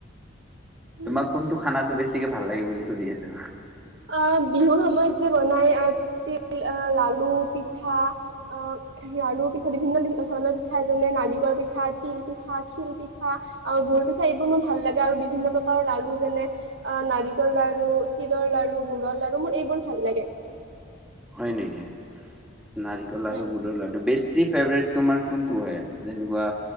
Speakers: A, on the right; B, in the centre.
A: উম,
B: তোমাক কোনটো খানাটো বেছিকে ভাল লাগে বুলি সুধি আছোঁ।
A: অ বিহুৰ সময়ত যে বনাই অ তিল অ লালু পিঠা অহ লাৰু পিঠা বিভিন্ন ধৰণৰ পিঠা যেনে নাৰিকল পিঠা, তিল পিঠা, খিল পিঠা অহ গুৰ পিঠা এইবোৰ মোৰ ভাল লাগে আৰু বিভিন্ন প্ৰকাৰৰ লাৰু যেনে অ নাৰিকল লাৰু, তিলৰ লাৰু, গুৰৰ লাৰু, মোৰ এইবোৰ ভাল লাগে।
B: হয় নেকি, নাৰিকল লাৰু
A: হয়
B: গুৰ ৰৰ লাডু বেছি ফেব্ৰিট তোমাৰ কোনটো হয় যেনেকুৱা